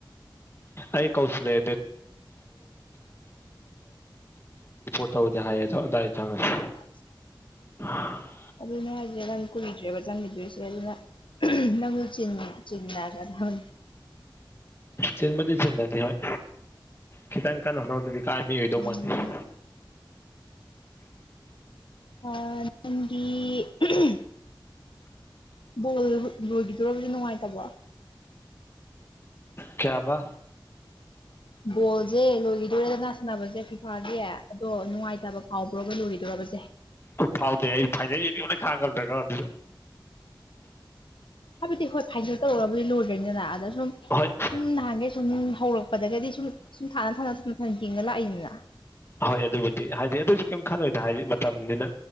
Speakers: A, on the left (about 30°); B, on the left (about 80°).
A: ꯑꯩ ꯀꯧꯁꯤꯜꯂꯛꯑꯦ <unintelligible> ꯇꯧꯗꯦ ꯍꯥꯏꯌꯦ ꯑꯗꯨꯗꯥꯏꯗ ꯆꯪꯉ
B: <inaudible>
A: <inaudible>
B: ꯑꯗꯨꯅꯦ ꯍꯥꯏꯖꯤ ꯅꯪ ꯀꯨꯏꯗ꯭ꯔꯦꯕ ꯆꯪꯈꯤꯗꯣꯏꯁꯦ ꯑꯗꯨꯅ ꯅꯪꯁꯨ ꯆꯤꯟ ꯆꯤꯟꯗꯥꯒꯗꯅꯤ
A: ꯆꯤꯟꯕꯨꯗꯤ ꯆꯤꯟꯂꯅꯤ ꯍꯣꯏ ꯈꯤꯇꯪ ꯀꯟꯅ ꯍꯣꯠꯅꯧꯗꯗꯤ ꯀꯥꯏ ꯃꯤ ꯑꯣꯏꯗꯧ
B: ꯎꯝ
A: ꯃꯥꯥꯟꯗꯦ
B: ꯑꯥ ꯅꯪꯗꯤ <unintelligible> ꯕꯣꯜ ꯂꯣꯏꯈꯤꯗꯣꯔꯕꯨꯗꯤ ꯅꯨꯡꯉꯥꯏꯇꯕ꯭ꯔꯣ
A: ꯀꯌꯥꯕ
B: ꯕꯣꯜꯁꯦ ꯂꯣꯏꯈꯤꯗꯣꯔꯦꯗꯅꯅꯥ ꯁꯥꯟꯅꯕꯁꯦ ꯐꯤꯐꯥꯒꯤ ꯑꯗꯣ ꯅꯨꯡꯉꯥꯏꯇꯕ ꯐꯥꯎꯕ꯭ꯔꯣꯒ ꯂꯣꯏꯈꯤꯗꯣꯏꯕꯁꯦ
A: ꯎ ꯐꯥꯎꯗꯦ ꯑꯩ ꯐꯥꯏꯗ ꯈꯥꯗ꯭ꯔꯒ ꯑꯗꯨ
B: ꯍꯥꯏꯕꯗꯤ ꯍꯣꯏ ꯐꯥꯏꯅꯦꯜ ꯇꯧꯕꯨꯗꯤ ꯂꯣꯏꯗ꯭ꯔꯣꯏꯅꯤꯗꯅ ꯑꯗ ꯁꯨꯝ
A: ꯍꯣꯏ
B: ꯁꯨꯝ ꯅꯍꯥꯟꯒꯩ ꯁꯨꯝ ꯍꯧꯔꯛꯄꯗꯗꯒꯤꯗꯤ ꯁꯨꯝ ꯁꯨꯝ ꯊꯥꯅ ꯊꯝꯅ ꯊꯅ ꯊꯅ ꯌꯦꯡꯅ ꯂꯥꯛꯏꯅꯤꯅ
A: ꯍꯣꯏ ꯑꯗꯨꯕꯨꯗꯤ ꯍꯥꯏꯗꯤ ꯑꯗꯨꯁꯨ ꯀꯔꯤꯝ ꯈꯜꯂꯣꯏꯗ ꯍꯥꯏꯗꯤ ꯃꯇꯝꯅꯤꯅ